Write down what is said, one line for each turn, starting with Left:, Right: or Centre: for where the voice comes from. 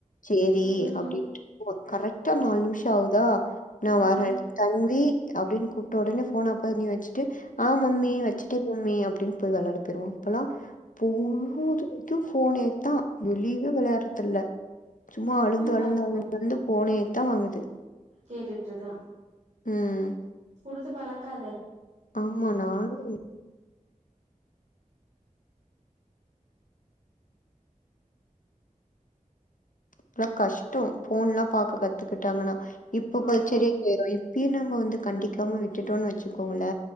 Left: சேரி
Right: ம்
Left: ஓ கரெக்டா நால் நிம்ஷோ ஆவுதா நா வரே
Right: ம்
Left: தன்வி அப்டின்னு கூப்ட ஒடனே ஃபோன் ஆஃப் பண்ணி வச்சுட்டு ஆ மம்மி
Right: ம்
Left: வச் சுட்டே மம்மி அப்டின்னு போய் வெளாட போயிருவா இப்பெல்லா பொழுது அது ஃபோனே தா வெளியவே வெளயாட்றது இல்ல சும்மா
Right: ஆ
Left: அழுது அழுதுஅழுது
Right: பாத்துக்கோ
Left: ஃபோனே தா வாங்குது
Right: கேட்டுட்ருக்கா
Left: ம்
Right: குடுத்து பழக்காத
Left: ஆமா நானு <inaudible> இப்லா கஷ்டோ ஃபோன்ல்லா பாக்க கத்துக்கிட்டாங்கன்னா இப்ப
Right: ஆமா
Left: ப செரியா போயிரு இப்பயே நம்ம வந்து கண்டிக்காம விட்டுட்டோனு வச்சுக்கோங்கள